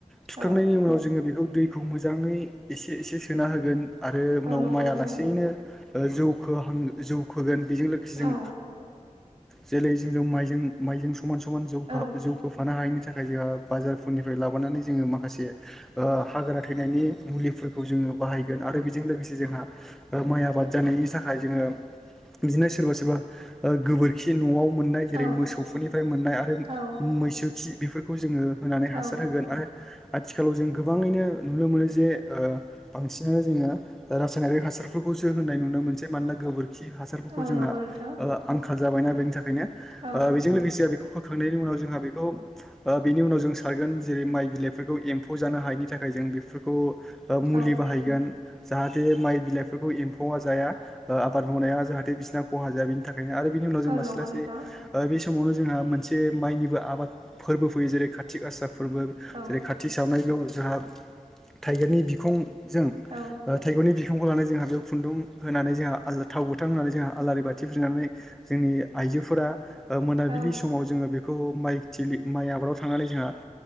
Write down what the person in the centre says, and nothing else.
थुखांनायनि
उनाव जोङो बेखौ दैखौ मोजाङै एसे एसे सोना होगोन। आरो उनाव
माइआ
लासेैनो जौहां जौखोगोन। बेजों लोगोसे जों
जेरै जों माइजों माइजों समान समान जौफा
जौगोफानो हायिनि थाखाय थाखाय जोंहा बाजारफोरनिफ्राय लाबोनानै जोङो माखासे हाग्रा थैनायनि मुलिफोरखौ जोङो बाहायगोन आरो बेजों लोगोसे जोंहा माइ आबाद जानायनि थाखाय नाथाय जोङो बिदिनो सोरबा सोरबा गोबोरखि न'आव मोननाय जेरै
मोसौफोरनिफ्राय मोननाय आरो
मैसो खि बेफोरखौ जोङो। होनानै हासार
होगोन आरो। आथिखालाव जों गोबाङैनो नुनो मोनो जे बांसिनानो जोङो रासायनारिक हासारफोरखौ। खौसो होननाय नुनो मोनसे मानोना गोबोरखि हासारफोरखौ
जोंहा
आंखाल जाबायना बेनि थाखायनो। बेजों
लोगोसे बेखौ फोखांनायनि उनाव जोंहा बेखौ बेनि उनाव जों सारगोन जेरै माइ बिलाइफोरखौ एम्फौ जानो हायैनि थाखाय‌ जों बेफोरखौ मुलि
बाहायगोन जाहाथे माइ बिलाइफोरखौ एम्फौ जाया। आबाद मावनाया जाहाथे बिसिना खहा जाया बेनि थाखायनो आरो बिनि उनाव जों
लासै
लासै
बे समावनो। जोंहा मोनसे माइनिबो आबाद फोरबो फैयो जेरै कातिगासा फोरबो
जेरै काति सावनाय। जोंहा थाइगिरनि बिखंजों
थाइगनि बि खौ लानानै जोंहा बेयाव खुन्दुं होनानै जोंहा थाव बुथां होनानै जोंहा आलारि बाथि। फनानै जोंनि आइजोफोरा मोनाबिलि
समाव जोङो बे बे माइ आबादाव थांनानै जोंहा